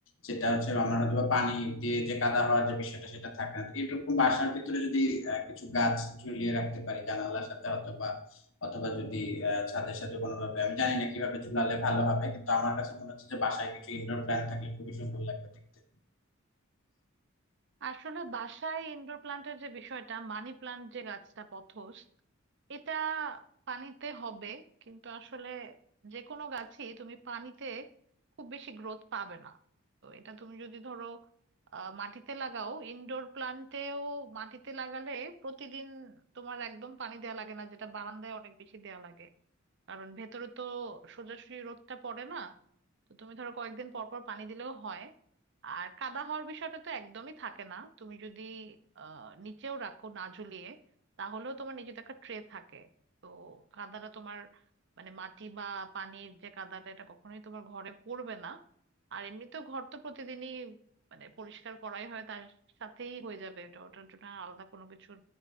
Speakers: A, on the left (about 65°); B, on the right (about 60°).
A: যেটা হচ্ছে আমার হয়তো বা পানি দিয়ে যে কাদা হওয়ার যে বিষয়টা সেটা থাকে না তো এরকম বাসার ভিতরে যদি আহ, কিছু গাছ ঝুলিয়ে রাখতে পারি জানালার সাথে অথবা অথবা যদি আহ, ছাদের সাথে কোনোভাবে আমি জানি না কিভাবে ঝুলালে ভালো হবে কিন্তু আমার কাছে মনে হচ্ছে যে বাসায় কিছু ইনডোর প্ল্যান্ট থাকলে খুবই সুন্দর লাগবে দেখতে
B: আসলে বাসায় ইনডোর প্লান্টের যে বিষয়টা মানি প্লান্ট যে গাছটা পথস এটা পানিতে হবে কিন্তু আসলে যে কোনো গাছই তুমি পানিতে খুব বেশি গ্রোথ পাবে না তো এটা তুমি যদি ধরো আহ, মাটিতে লাগাও ইনডোর প্লান্টেও মাটিতে লাগালে প্রতিদিন তোমার একদম পানি দেওয়া লাগে না যেটা বারান্দায় অনেক বেশি দেওয়া লাগে কারণ ভেতরে তো সোজাসুজি রোদটা পড়ে না তো তুমি ধরো কয়েকদিন পর পর পানি দিলেও হয় আর কাদা হওয়ার বিষয়টা তো একদমই থাকে না তুমি যদি আহ নিচেও রাখো না ঝুলিয়ে তাহলেও তোমার নিচে তো একটা ট্রে থাকে তো কাদাটা তোমার মানে মাটি বা পানির যে কাদাটা এটা কখনোই তোমার ঘরে পড়বে না আর এমনিতেও ঘর তো প্রতিদিনই মানে পরিষ্কার করাই হয় তার সাথেই হয়ে যাবে এটা ওটার জন্য আর আলাদা কোনো কিছুর